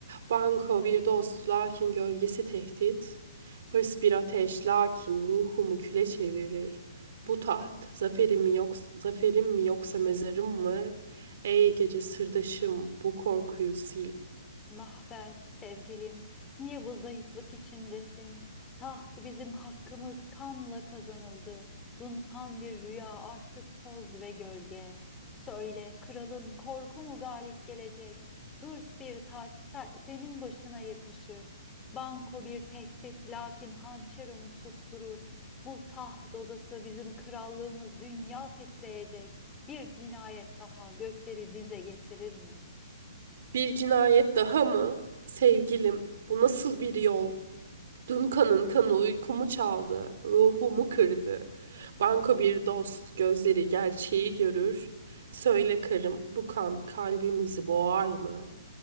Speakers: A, on the right; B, on the left.
A: Banko bir dost, lakin gölgesi tehdit. Hırs bir ateş, lakin ruhumu küle çevirir. Bu taht, zaferim mi yoksa, zaferim mi yoksa mezarım mı? Ey gece sırdaşım, bu korkuyu sil.
B: Mahvet, sevgilim, niye bu zayıflık içindesin? Taht bizim hakkımız kanla kazanıldı. Dunkan bir rüya artık toz ve gölge. Söyle kralım, korku mu galip gelecek? Hırs bir taç se- senin başına yakışır. Banko bir tehdit lakin hançer onu susturur. Bu taht odası bizim krallığımız dünya titreyecek. Bir cinayet daha gökleri dize getirir mi?
A: Bir cinayet daha mı? Sevgilim, bu nasıl bir yol? Dün kanın kanı uykumu çaldı, ruhumu kırdı. Banko bir dost, gözleri gerçeği görür. Söyle karım, bu kan kalbimizi boğar mı?